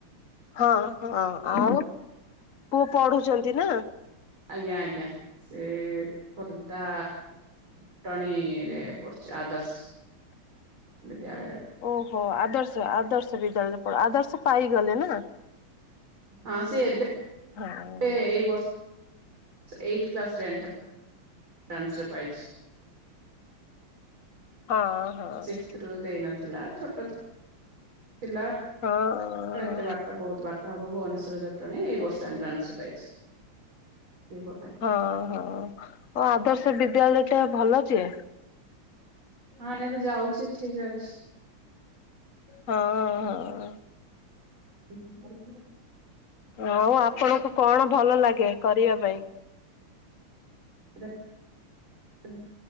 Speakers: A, on the left (about 45°); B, on the right (about 65°).
A: ହଁ ହଁ ଆଉ ପୁଅ ପଢୁଛନ୍ତି ନା?
B: ଆଜ୍ଞା ଆଜ୍ଞା ସେ ଖୋର୍ଦ୍ଧା ଜଟଣୀରେ ପଡିଛି ଆଦର୍ଶ ବିଦ୍ୟାଳୟରେ।
A: ଓହୋ ଆଦର୍ଶ ଆଦର୍ଶ ବିଦ୍ୟାଳୟରେ ପଢ଼ ଆଦର୍ଶ ପାଇଗଲେ ନା?
B: ହଁ ସେ ଏବେ
A: ହଁ
B: ଏଇ ବର୍ଷ। ଏଇଥ୍ କ୍ଲାସ ଏଣ୍ଟ ରାନ୍ସ ରାନ୍ସ ରେ ପାଇଛି।
A: ହଁ ହଁ
B: ସିକ୍ସଥ ରୁ ଦେଇନଥିଲା ଛୋଟ ଥିଲା ଥିଲା
A: ହଁ।
B: ଏତେ ବାଟ ବହୁତ ବାଟ ହବ ଭୁନେଶ୍ୱର ଯଟଣୀ ଏଇ ବର୍ଷ ଏଣ୍ଟ୍ରାନ୍ସ ପାଇଛି। <inaudible>
A: ହଁ ହଁ ଓ ଆଦର୍ଶ ବିଦ୍ୟାଳୟ ଟା ଭଲ ଜେ
B: ହଁ ଏୟିନା ତ ଯାଉଛି ଠିକ ଅଛି।
A: ହଁ ହଁ
B: ହଜ୍ଞ <unintelligible>
A: ଆଉ ଆପଣଙ୍କୁ କଣ ଭଲ ଲାଗେ କରିବା ପାଇଁ?
B: <inaudible>